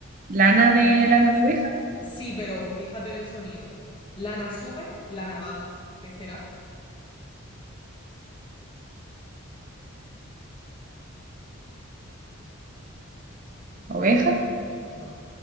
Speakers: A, on the right (about 40°); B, on the left (about 25°).
A: lana de lana de oveja,
B: Sí, pero fíjate en el sonido. Lana sube, lana baja. ¿Qué será?
A: oveja,
B: No.